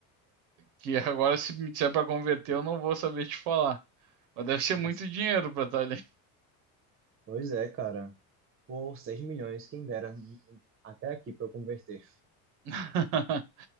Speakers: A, on the right; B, on the right.
A: Que <laughs> agora, se me disser para converter, eu não vou saber te falar. Mas deve ser
B: Mas,
A: muito dinheiro para estar ali.
B: pois é, cara. por 6 milhões, quem dera. Até aqui pra eu converter.
A: <laughs>